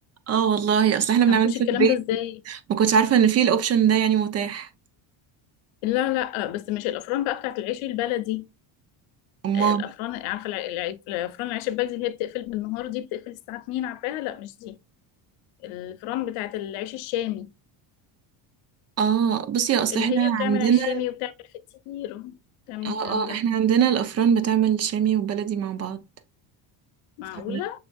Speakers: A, on the right (about 35°); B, on the left (about 85°).
A: اه والله اصل احنا بنعمله
B: هنخش
A: في
B: الكلام
A: البيت
B: ده ازاي
A: ما كنتش عارفة ان في الاوبشن ده يعني متاح
B: لا لا آه، بس مش الافران بقى بتاعت العيش البلدي
A: امال
B: الافران عارفه الع- الع- الافران العيش البلدي اللي هي بتقفل بالنهار دي بتقفل الساعه 2 عارفاها لا مش دي الفران بتاعه العيش الشامي
A: اه بصي اصل
B: اللي
A: احنا
B: هي بتعمل
A: عندنا
B: عيش شامي وبتعمل فطير بتعمل
A: اه
B: الكلام
A: اه
B: ده
A: احنا عندنا الافران بتعمل شامي وبلدي مع بعض
B: معقوله
A: ف-